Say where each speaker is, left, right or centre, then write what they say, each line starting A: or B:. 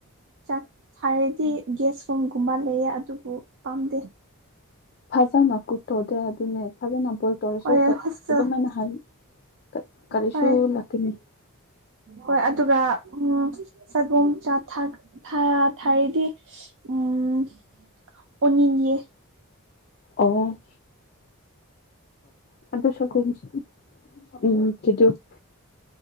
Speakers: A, on the right; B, on the left.
A: ꯆꯥꯛ ꯍꯥꯏꯔꯗꯤ ꯌꯦꯁ ꯁꯣꯡꯒꯨꯝꯕ ꯂꯩꯌꯦ ꯑꯗꯨꯕꯨ ꯄꯥꯝꯗꯦ
B: ꯐꯖꯅ ꯀꯨꯛ ꯇꯣꯗꯦ ꯑꯗꯨꯅꯦ ꯐꯖꯅ ꯕꯣꯏꯜ ꯇꯧꯔꯁꯨ
A: ꯍꯣꯏ
B: ꯀꯠ
A: ꯍꯣꯁꯇꯦꯜ
B: ꯑꯗꯨꯃꯥꯏꯅ ꯍꯥꯏ ꯀ ꯀꯔꯤꯁꯨ
A: ꯍꯣꯏ
B: ꯂꯥꯛꯀꯅꯤ
A: ꯍꯣꯏ ꯑꯗꯨꯒ ꯎꯝ ꯁꯒꯣꯝ ꯆꯥ ꯊꯥꯛ ꯊꯥ ꯊꯥꯏꯌꯦꯒꯤ ꯎꯝ ꯑꯣꯅꯤꯡꯌꯦ
B: ꯑꯣ <unintelligible>